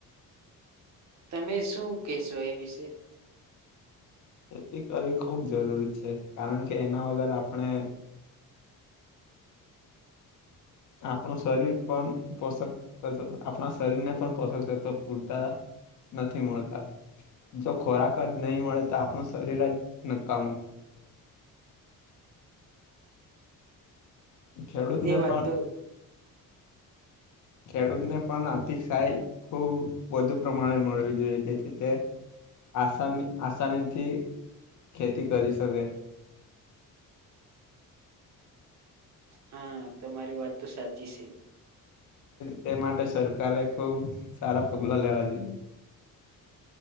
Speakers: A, on the right; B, on the left.
A: તમે શું કહેશો એ વિશે?
B: ખેતી કરવી ખૂબ જરૂરી છે, કારણ કે એના વગર આપણે આપણું શરીર પણ પોષક તત્ત આપણા શરીરને પણ પોષકતત્ત્વ પૂરતા નથી મળતા, જો ખોરાક જ નહી મળે તો આપણું શરીર જ નકાઉ ખેડૂત ને
A: એ વાત
B: પણ
A: તો
B: ખેડૂતને પણ આર્થિક સહાય ખૂબ વધુ પ્રમાણે મળવી જોઈએ જેથી તે આસાની આસાનીથી ખેતી કરી શકે.
A: હા તમારી વાત તો સાચી છે.
B: તે માટે સરકારે ખુબ સારા પગલાં લેવા જોઈ.